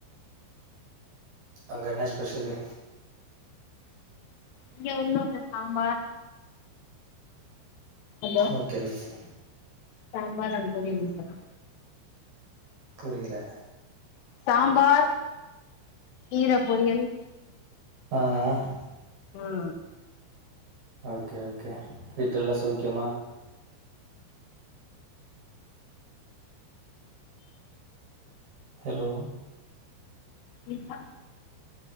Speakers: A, on the right (about 45°); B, on the left (about 65°).
A: அங்க என்னா ஸ்பெஷலு
B: இங்க ஒன்னு இல்ல sambar hello
A: okay okay
B: sambar and பொரியல் மட்டுந்தா
A: புரியல
B: சாம்பார் கீர பொரியல்
A: ஆ ஆ
B: ம்
A: ஓகே ஓகே வீட்டுல‌ எல்லா சௌக்கியமா ஹலோ
B: இதா